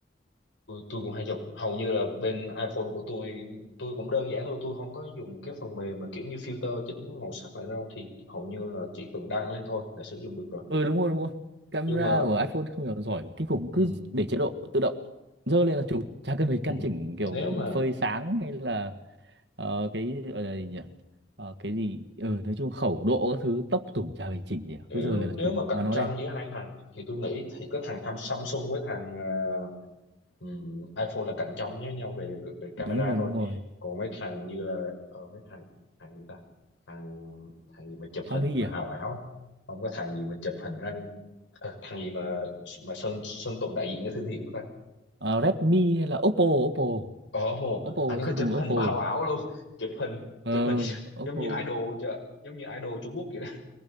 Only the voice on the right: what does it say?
ừ đúng rồi đúng rồi camera
của iPhone không hiểu giỏi kinh khủng
cứ để chế độ tự động dơ lên là chụp chả cần phải
căn chỉnh kiểu
phơi sáng hay là ờ, cái gọi là gì nhỉ Ờ, cái gì ừ, nói chung khẩu độ các thứ tốc tủng chả phải chỉnh gì cả.
cứ dơ lên là chụp
mà nó
đẹp
đúng rồi
đúng rồi
Xiaomi
à
Ờ, Redmi hay là Oppo Oppo
Oppo
là sư
Tùng
Oppo
ờ
Oppo